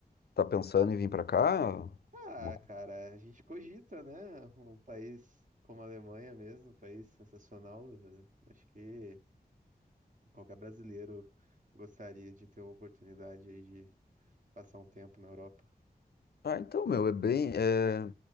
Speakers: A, on the left; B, on the right.
A: tá pensando em vir pra cá?
B: Ah,
A: Uma co-
B: cara, a gente cogita, né? Um país como a Alemanha mesmo, um país sensacional. velho. Acho que qualquer brasileiro gostaria de ter a oportunidade aí de passar um tempo na Europa.
A: Ah, então, meu, é bem. É,